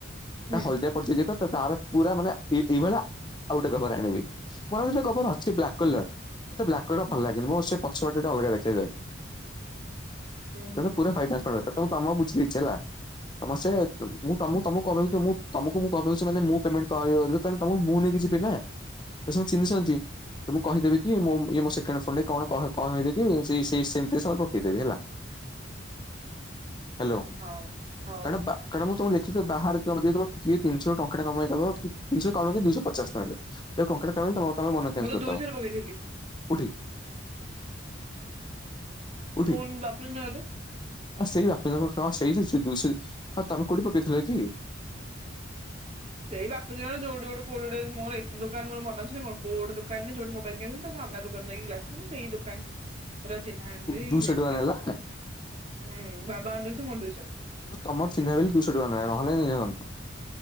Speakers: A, on the right; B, on the left.
A: ହୁଁ
B: ହଲଦିଆ ପଡିଚି ଯେ ତାର ପୁରା ମାନେ ଏଇଭଳିଆ ଆଉ ଗୋଟେ କଭର ଆଣିବି। ମୋର ଆଉ ଗୋଟ କଭର ଅଛି ବ୍ଲାକ୍ କଲର ମତେ ବା ବ୍ଲାକ କଲର ଟା ଭଲ
A: ହୁଁ
B: ଲାଗେନି ମୋର ସେ ପଛପଟ ଅଲଗା ଦେଖାଯାଏ
A: ହୁଁ ହୁଁ
B: ମତେ ପୁରା ହ୍ୱାଇଟନ୍ସା କଲର ଏସବୁ ତ ବୁଝିଦେଇଛି ହେଲା ତମ ସେ ମୁଁ ତମକୁ ତମକୁ କହୁଚି ମୁଁ ତମକୁ ମୁଁ କହୁଚି ମାନେ ମୁଁ ପେମେଣ୍ଟ କରିବି ତେଣୁ ତମକୁ ମୁଁ ନେଇକି ଯିବି ନା। ଏ ସବୁ ମତେ ଚିହ୍ନି ଚନ୍ତି। ତ ମୁଁ କହିଦେବି କି ଇଏ ମୋ ସେକେଣ୍ଡ ଫୋନ ରେ କଣ କଣ କହିଦେବି କିି ସେମିତିରେ ସେ ପକେଇଦେବି ହେଲା। ହ୍ୟାଲୋ
A: ହୋଉ ହୋଉ।
B: କାରଣ ବା କାରଣ ମୁଁ ତ ଲେଖି ବାହାରେ କିିଏ ଦେଇଦବ କିଏ ତିନିଶହରୁ ଟଙ୍କ ଟା କମେଇଦବ ତିନିଶହ ରୁ କମ ଦିଶହ ପଚାଶ ନେବେ। ଯଦି ଟଙ୍କା ଟେ କମେଇବ ତମେ ମୋ ନାଁ ଚେଞ୍ଜ
A: ମୁଁ ତ
B: କରି
A: ଦୁଇଥର
B: ଦବ
A: ପକେଇଥିଲି
B: କୋଉଠି? କୋଉଠି
A: ଫୋନ୍ ବାପି ନାଁ ରେ।
B: ଆ ସେଇ ବାପି ସେଇ ଦୁଇଶ ତମେ କୋଉଠି ପକେଇଥିଲ କି?
A: ସେଇ ବାପି ଦୋକାନ ଯୋଉଠି ଗୋଟେ କୋଉଠି ଗୋଟେ ମୋର ଏତେ ଦୋକାନ ମୋର ମନେ ଅଛି ନା କଣ କୋଉ ଗୋଟେ ଦୋକାନରେ ମୋବାଇଲ କିଣିଲି ତା ଆଗ ସାମ୍ନା ଦୋକାନରେ ନେଇକି ଗ୍ଲାସ ଦେଲି ସେଇ ଦୋକାନ ର ଚିହ୍ନା ଦେଇ
B: ଦୁଇଶହ
A: ଯାଇକି
B: ଟଙ୍କା
A: ଗ୍ଲାସ
B: ନେଲା
A: ପକେଇଲି। ହୁଁ ବାବାଙ୍କର ଦୁଇ ଶ ମୋର ଦୁଇଶ।
B: ତମ ର ଚିହ୍ନା ବୋଲି ଦୁଇଶ ଟଙ୍କା ନେଲା ନହେଲେ ନେଇନଥାନ୍ତା।